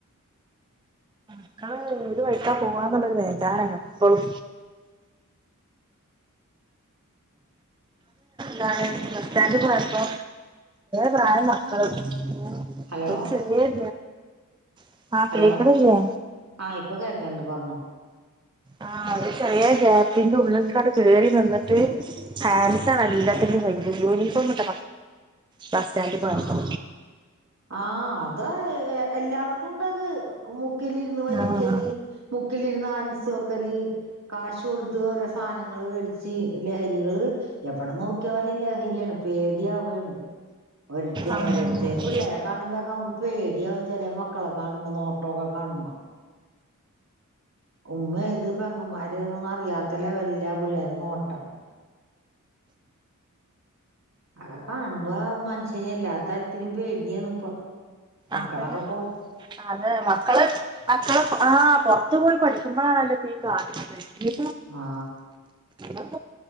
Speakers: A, on the right; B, on the right.
A: മക്കള് ഏത് വഴിക്കാ പോവാ എന്നൊള്ളതേ ഞാനാണേ എപ്പളും ഞാന് എന്താണ് ബസ്സ്റ്റാൻഡിൽ പോയപ്പോ പ്രായ മക്കള്
B: ഉം
A: മൂന്ന്
B: ഹലോ
A: ഒരു ചെറിയ <unintelligible>
B: ഹലോ
A: കേക്കണില്ലേ
B: ആഹ് ഇപ്പൊ കേക്കണൊണ്ട് പറഞ്ഞോ
A: ആ അത് ചെറിയ ഗ്യാപ്പിന്റെ ഉള്ളിൽക്കാട് കയറി വന്നിട്ട് ഹാലിസ ആണ് അലീതത്തിന്റെ ഭയങ്കര യൂണിഫോം ഇട്ട ബസ് സ്റ്റാൻഡിൽ പോയപ്പോ
B: ആഹ് ആഹ് അതാ എല്ലായിടത്തും ഉണ്ടത് ഒമുക്ക് മുക്കിലിരുന്ന് വലിക്കല്
A: ആഹ്
B: മുക്കിലിരുന്ന് ആൻസ് വക്കല് കാശ് കൊടുത്ത് ഓരോ സധനം മേടിച്ച് ലഹരികള് എവിടെ നോക്കിയാലും ലഹരിയാണ് പേടിയാവാണ് ഒര
A: ആഹ്
B: ഒരിടത്തേ പിള്ളേരെ കാണുമ്പോഴൊക്കെ നമ്മക്ക് പേടിയാവും ചില മക്കള കാണുമ്പോ നോ ക കാണുമ്പോ ഉമ്മ ഇത് പെങ്ങന്മാര്ന്നന്നും അറിയാത്ത ലെവലിലാ പിള്ളേർടെ നോട്ടം ആകെ കാണുമ്പോ മനുഷ്യ എല്ലാ തരത്തിലും പേടിയാണ് ഇപ്പ മക്കളൊക്കെ
A: അപ്പ ഞാ
B: പൊ
A: അതെ മക്കള് മക്കളെ ആ പൊറ്ത്ത് പോയി പഠിക്കുമ്പളാണല്ലോ ആാത ഇ
B: ആ
A: അ